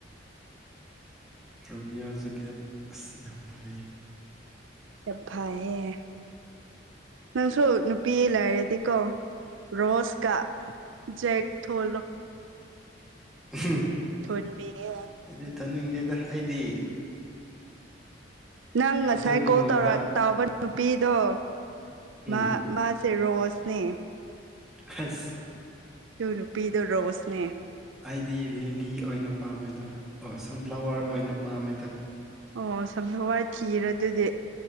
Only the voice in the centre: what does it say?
ꯔꯣꯃꯤꯌꯣꯖꯂꯤꯌꯥꯠ ꯑꯁ ꯌꯥꯝ ꯐꯥꯏ
ꯍ
ꯑꯩꯗꯤ ꯊꯝꯅꯤꯡꯗꯦꯗ ꯑꯩꯗꯤ
ꯑꯗꯨꯒꯤ
ꯃꯍꯨꯠꯇ
ꯎꯝ
ꯈꯁ
ꯑꯩꯗꯤ ꯂꯤꯂꯤ ꯑꯣꯏꯅ ꯄꯥꯝꯃꯤꯗ ꯑꯣ ꯁꯟꯐ꯭ꯂꯥꯋꯔ ꯑꯣꯏꯅ ꯄꯥꯝꯃꯤꯗ